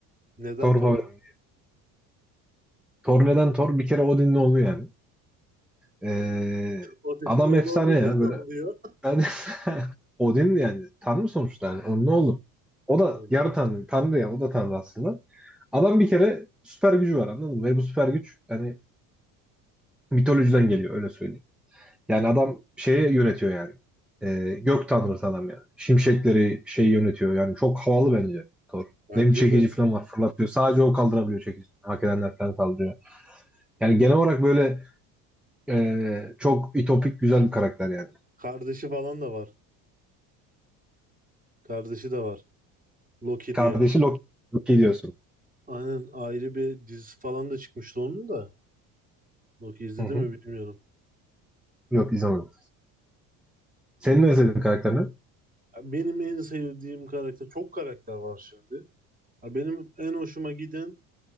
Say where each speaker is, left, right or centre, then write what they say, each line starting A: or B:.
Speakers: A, on the right (about 20°); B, in the centre.
A: Neden
B: Thor
A: Thor?
B: favorim. Thor neden Thor? Bir kere Odin'le oldu yani. Ee,
A: Odin'in
B: adam
A: oğlu
B: efsane
A: olunca
B: ya böyle.
A: ne oluyor?
B: Ben <laughs> Odin yani tanrı sonuçta yani. Onun ne olur? O da
A: <laughs>
B: yarı tanrı. Tanrı ya o da tanrı aslında. Adam bir kere süper gücü var anladın mı? Ve bu süper güç yani mitolojiden geliyor öyle söyleyeyim. Yani adam şeye yönetiyor yani. Ee, gök tanrısı adam yani. Şimşekleri şey yönetiyor yani. Çok havalı bence Thor.
A: Bence
B: Nem çekici
A: de.
B: falan var fırlatıyor. Sadece o kaldırabiliyor çekici. Hak edenler falan kaldırıyor. Yani genel olarak böyle e, çok ütopik güzel bir karakter yani.
A: Kardeşi falan da var. Kardeşi de var. Loki
B: Kardeşi
A: diye.
B: Loki, Loki diyorsun.
A: Aynen ayrı bir dizisi falan da çıkmıştı onun da. Loki izledi
B: Hı hı.
A: mi bilmiyorum.
B: Yok izlemedim. Senin ne sevdiğin karakter ne?
A: Ya Benim en sevdiğim karakter, çok karakter var şimdi. Ya Benim en hoşuma giden